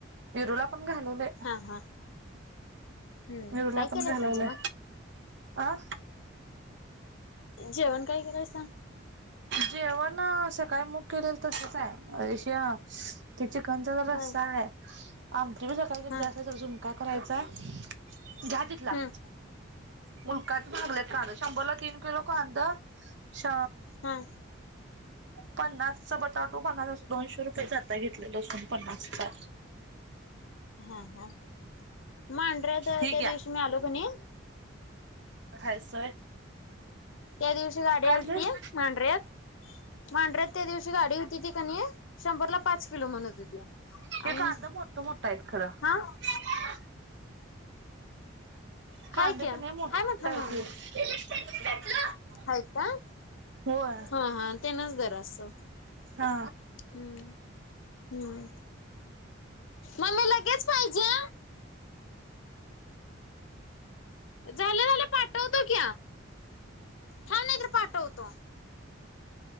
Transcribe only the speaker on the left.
ह हा हम्म
काय
केलायसा
जेवण?
जेवण काय केलायसा?
हा
हा
हम्म
हां
हा, हा. मांढऱ्यात
त्या
दिवशी मी आलो कनई
त्या दिवशी गाडी आलती
मांडऱ्यात, मांडऱ्यात त्या दिवशी गाडी होती ती कनाई शंभरला पाच किलो म्हणत हुत्या
आणि
हां
हाय की, हाय
म्हटलो
नव मी.
हाईत काय,
हां, हां तेनच दर असं.
हं.. हं, मम्मी लगेच पाहिजे? झालं -झालं पाठवतो की वो, थांब नाही तर पाठवतो.